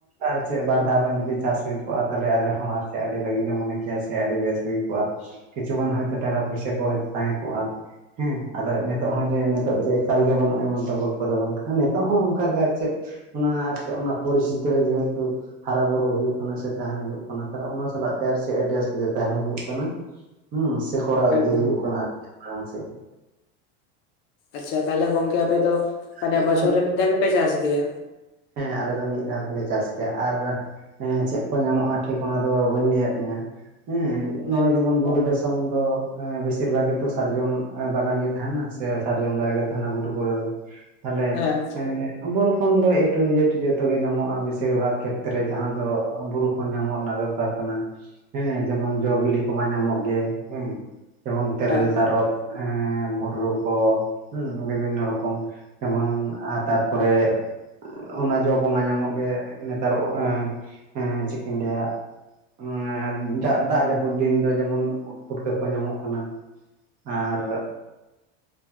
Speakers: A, on the right (about 25°); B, on the left (about 35°).
A: ᱟᱨ ᱪᱮᱫ ᱵᱟᱨ ᱫᱷᱟᱣ ᱜᱟᱱ ᱡᱩᱫᱤ ᱪᱟᱥ ᱦᱩᱭ ᱠᱚᱜᱼᱟ ᱛᱟᱦᱚᱞᱮ ᱟᱞᱮ ᱦᱚᱸ ᱟᱨ ᱥᱮ ᱟᱹᱰᱤ ᱵᱷᱟᱹᱜᱤ ᱞᱮ ᱢᱚᱱᱮ ᱠᱮᱭᱟ ᱥᱮ ᱟᱹᱰᱤ ᱵᱮᱥ ᱦᱩᱭ ᱠᱚᱜᱼᱟ ᱾ ᱠᱤᱪᱷᱩ ᱜᱟᱱ ᱦᱚᱭᱛᱚ ᱴᱟᱠᱟ ᱯᱚᱭᱥᱟᱹ ᱠᱚ ᱦᱚᱭᱛᱚ ᱛᱟᱦᱮᱸ ᱠᱚᱜᱼᱟ ᱾ ᱦᱮᱸ, ᱟᱫᱚ ᱱᱤᱛᱚᱜ ᱦᱚᱸ ᱡᱮ ᱱᱤᱛᱚᱜ ᱡᱮ ᱮᱠᱟᱞ ᱜᱮ ᱵᱟᱹᱱᱩᱜᱼᱟ ᱮᱢᱚᱱ ᱛᱮ ᱜᱚᱞᱯᱷᱚ ᱫᱚ ᱵᱟᱝᱠᱷᱟᱱ ᱱᱤᱛᱚᱜ ᱦᱚᱸ ᱚᱱᱠᱟᱜ ᱜᱮ ᱟᱨ ᱪᱮᱫ ᱚᱱᱟ ᱟᱨ ᱪᱮᱫ ᱚᱱᱟ ᱯᱚᱨᱤᱥᱛᱷᱤᱛᱤ ᱨᱮ ᱡᱮᱦᱮᱛᱩ ᱦᱟᱨᱟ ᱵᱩᱨᱩᱜ ᱦᱩᱭᱩᱜ ᱠᱟᱱᱟ ᱥᱮ ᱛᱟᱦᱮᱸᱱ ᱦᱩᱭᱩᱜ ᱠᱟᱱᱟ ᱾ ᱛᱟᱦᱞᱮ ᱚᱱᱟ ᱥᱟᱞᱟᱜ ᱛᱮ ᱟᱨᱥᱮ ᱮᱰᱡᱟᱥᱴ ᱠᱟᱛᱮ ᱛᱟᱦᱮᱸᱱ ᱦᱩᱭᱩᱜ ᱠᱟᱱᱟ ᱦᱩᱸ, ᱥᱮ ᱠᱚᱨᱟᱣ ᱤᱫᱤ
B: ᱮᱠᱫᱚᱢ
A: ᱦᱩᱭᱩᱜ ᱠᱟᱱᱟ ᱾ ᱞᱟᱯᱷᱟ ᱥᱮ
B: ᱟᱪᱪᱷᱟ, ᱛᱟᱦᱚᱞᱮ ᱜᱚᱝᱠᱮ ᱟᱯᱮ ᱫᱚ ᱢᱟᱱᱮ
A: ᱪᱮᱫ
B: ᱵᱚᱪᱷᱚᱨ
A: ᱠᱚ ᱧᱟᱢ
B: ᱨᱮ ᱢᱤᱫ ᱫᱷᱟᱣ ᱜᱮᱯᱮ ᱪᱟᱥ ᱜᱮᱭᱟ?
A: ᱦᱮᱸ ᱟᱞᱮ ᱫᱚ ᱢᱤᱫ ᱫᱷᱟᱣ ᱜᱮᱞᱮ ᱪᱟᱥ ᱜᱮᱭᱟ, ᱟᱨ ᱦᱮᱸ ᱪᱮᱫ ᱠᱚ ᱧᱟᱢᱚᱜᱼᱟ ᱴᱷᱤᱠ ᱚᱱᱟ ᱫᱚ ᱵᱟᱹᱧ ᱞᱟᱹᱭᱟᱫ ᱢᱮᱭᱟ ᱦᱮᱸ ᱱᱚᱜᱼᱚᱭ
B: ᱦᱮᱸ
A: ᱡᱮᱢᱚᱱ ᱵᱩᱨᱩ ᱫᱮᱥ ᱠᱷᱚᱱ ᱫᱚ ᱵᱮᱥᱤᱨ ᱵᱷᱟᱜ ᱜᱮ ᱛᱚ ᱥᱟᱨᱡᱚᱢ ᱵᱟᱜᱟᱱ ᱜᱮ ᱛᱟᱦᱮᱸᱱᱟ ᱥᱮ ᱥᱟᱨᱡᱚᱢ ᱫᱟᱨᱮᱜ ᱜᱮ ᱛᱟᱦᱮᱸᱱᱟ ᱵᱩᱨᱩ ᱠᱚᱨᱮ ᱫᱚ ᱾ ᱛᱟᱦᱚᱞᱮ
B: ᱦᱮᱸ
A: ᱮᱸ ᱵᱩᱨᱩ ᱠᱷᱚᱱ ᱫᱚ ᱮ ᱴᱩ ᱡᱮᱴ ᱡᱚᱛᱚ ᱜᱮ ᱧᱟᱢᱚᱜᱼᱟ, ᱵᱮᱥᱤᱨ ᱵᱷᱟᱜᱽ ᱠᱷᱮᱛᱛᱨᱮ ᱡᱟᱦᱟᱸ ᱫᱚ ᱵᱩᱨᱩ ᱠᱷᱚᱱ ᱧᱟᱢᱚᱜ ᱨᱮᱱᱟᱜ ᱫᱚᱨᱠᱟᱨ ᱠᱟᱱᱟ, ᱦᱮᱸ ᱡᱮᱢᱚᱱ ᱡᱚ ᱵᱤᱞᱤ ᱠᱚᱢᱟ ᱧᱟᱢᱚᱜ ᱜᱮ ᱦᱮᱸ ᱾ ᱡᱮᱢᱚᱱ ᱛᱮᱨᱮᱞ,
B: ᱦᱮᱸ
A: ᱛᱟᱨᱚᱵᱽ, ᱵᱷᱩᱸᱰᱨᱩ ᱠᱚ ᱦᱮᱸ ᱵᱤᱵᱷᱤᱱᱱᱚ ᱨᱚᱠᱚᱢ ᱡᱮᱢᱚᱱ ᱛᱟᱨᱯᱚᱨᱮ ᱚᱱᱟ ᱡᱚ ᱠᱚᱢᱟ ᱧᱟᱢᱚᱜ ᱜᱮ ᱱᱮᱛᱟᱨ ᱮᱸ ᱮᱸ ᱪᱮᱫ‌ ᱠᱟᱧ ᱞᱟᱹᱭᱟ? ᱮᱸ ᱫᱟᱜ ᱫᱟᱜ ᱡᱟᱹᱯᱩᱫ ᱫᱤᱱ ᱫᱚ ᱡᱮᱢᱚᱱ ᱩᱫᱽ ᱯᱩᱴᱠᱟᱹ ᱠᱚ ᱧᱟᱢᱚᱜ ᱠᱟᱱᱟ ᱾ ᱟᱨ